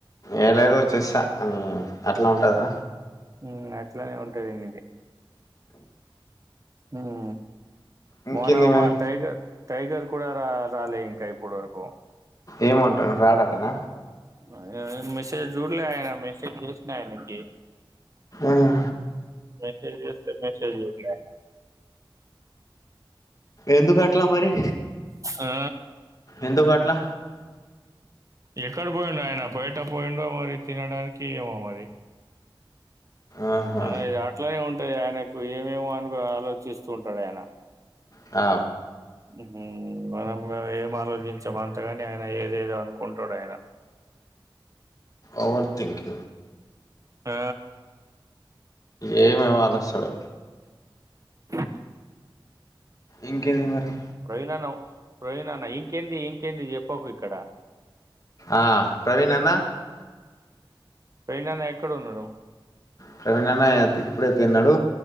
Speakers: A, on the left; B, on the right.
A: ఏ లేదు చేస్తా ఆ అట్లా ఉంటదా
B: ఉమ్ అట్లనే ఉంటది నీది ఉమ్
A: ఇంకేంది
B: మొన్న
A: మరి
B: మా టైగర్ టైగర్ కూడా రా రాలే ఇంకా ఇప్పుడు వరకు
A: ఏమంటానాడు రాడంటన
B: ఆ మెసేజ్ జూడలే అయన మేసేజ్ చేసిన ఆయనకి
A: ఆహా
B: మెసేజ్ చేస్తే మెసేజ్ చూడలే ఆయనా
A: ఎందుకు అట్లా మరి
B: ఆ
A: ఎందుకు అట్లా
B: ఎక్కడ పోయిండో ఆయన బయట పోయిండో మరి తినడానికి ఏమో మరి
A: ఆహా
B: అనా ఇగా ఆట్లనే ఉంట్ అంటే ఆయనకు ఏమేమో అని ఆలోచిస్తూ ఉంటాడు ఆయన
A: ఆ
B: ఉహ్మ్ మనం ఏం ఆలోచించాం అంతగాని ఆయన ఏదేదో అనుకుంటాడు ఆయన
A: ఓవర్ థింకింగ్
B: ఆ
A: ఏమేమి ఆలోస్తాడో
B: అ
A: ఇంకేంది మరి
B: ప్రవీణ్ అన్న ప్రవీణ్న్న ఇంకేంది ఇంకేంది చెప్పకు ఇక్కడ
A: ఆ ప్రవీణ్ అన్న
B: ప్రవీనన్న ఎక్కడ ఉన్నాడు
A: ప్రవీణ్ అన్నయ అంత ఇప్పుడే తిన్నాడు